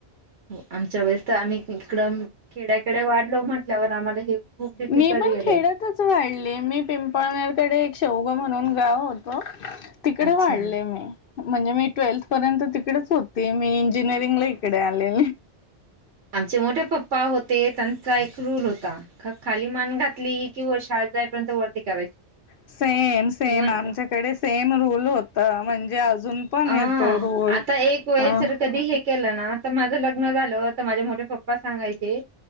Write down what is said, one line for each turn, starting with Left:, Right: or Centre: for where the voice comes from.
Right: हो आमच्या वेळेस तर आम्ही इकडं खेड्याकडे वाढलो म्हटल्यावर आम्हाला हे खूप डिफिकल्ट
Left: मी पण
Right: गेलंय
Left: खेड्यातच वाढली मी पिंपळनेरकडे एक शेवग म्हणून गाव होत, तिकड
Right: अच्छा
Left: वाढले मी म्हणजे मी ट्वेल्थ पर्यंत तिकडेच होते मी इंजिनिअरिंगला इकडे आले
Right: आमचे मोठे पप्पा होते त्यांचा एक रूल होता. खाली मान घातली कि व शाळेत जाईपर्यंत वरती करायची नाही
Left: सेम, सेम
Right: इव्हन
Left: आमच्याकडे सेम रूल होता म्हणजे अजून पण
Right: अं
Left: येतो रूल
Right: आता एक वेळेस
Left: अ हम्म
Right: तर कधी हे केलं ना तर माझं लग्न झालं तर माझे मोठे पप्पा सांगायचे,